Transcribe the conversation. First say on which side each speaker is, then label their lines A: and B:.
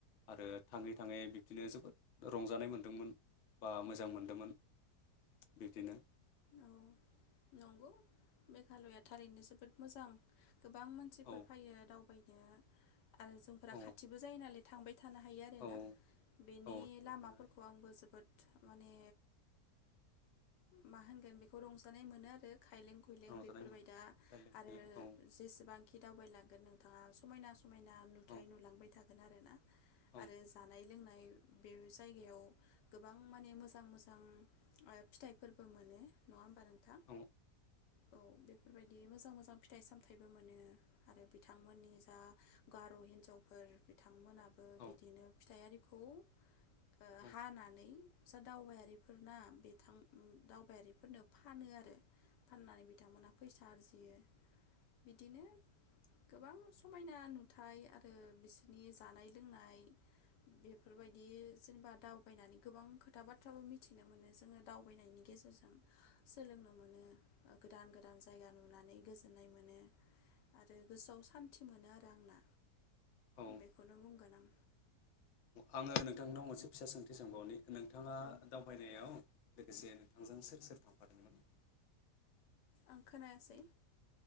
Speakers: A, on the left; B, on the left.
A: आरो थाङै थाङै बिब्दिनो जोबोद रंजानाय मोनदोंमोन बा
B: उम
A: मोजां मोनदोंमोन बिदिनो
B: औ नंगौ मेघालया थारैनो जोबोद मोजां गोबां मानसिफोर
A: औ
B: फायो दावबाय आरो जोंफोरा
A: औ
B: खाथिबो जायो नालाय थांबाय थानो हायो आरोना
A: औ
B: बेनि
A: औ थांबाय
B: लामाफोरखौ
A: थानो हायो
B: आंबो जोबोद माने मा होन गोन बेखौ रंजानाय मोनो आरो खायलें खुइलें
A: रंजानाय
B: बेफोरबाय
A: मोनो
B: दा
A: बेलेग
B: आरो
A: बेलेग औ
B: जेसेबां खि दावबायलांगोन नोंथाङा समायना समायना नुथाय
A: औ
B: नुलांबाय था हागोन आरो ना
A: औ
B: आरो जानाय लोंनाय बे जायगायाव गोबां माने मोजां मोजां ओ फिथाइफोरबो मोनो नंआ होमबा नों थां
A: औ
B: औ बेफोरबायदि मोजां मोजां मोजां फिथाइ सामथाइबो मोनो आरो बिथांमोननि जा गार' हिनजावफोर बिथांमोना बो
A: औ
B: बिदिनो फिथाइ आरि खौ ओ
A: औ
B: हानानै जा दावबायारिफोरना बिथां दावबायारि फोरनो फानो आरो फाननानै बिथांमोनहा फैसा आरजियो बिदिनो गोबां समायना नुथाय आरो बिसोरनि जानाय लोंनाय बेफोरबायदि जेनेबा दावबायनानै गोबां खोथा बाथ्राबो मिथिनो मोनो जोङो दावबायनायनि गेजेरजों सोलोंनो मोनो गोदान गोदान ज जायगा नुनानै गोजोन्नाय मोनो आरो गोसोआव सान्थि मोनो आरो दांना
A: औ औ
B: बेखौनो बुंगोन आं
A: आङो नोंथांनाव मोनसे फिसा सोंथि सोंबावनि नोंथाङा
B: औ
A: दावबायनायाव लोगोसे नोंथांजों सोर सोर थांफादोंमोन
B: आं खोनायासै